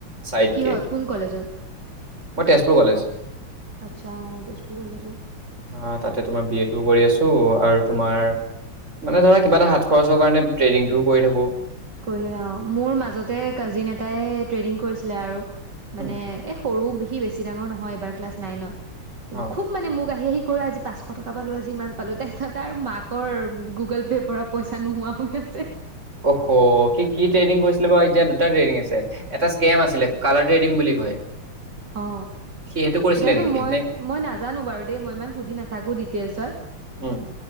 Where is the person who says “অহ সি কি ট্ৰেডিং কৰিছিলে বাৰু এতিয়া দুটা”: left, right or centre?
Right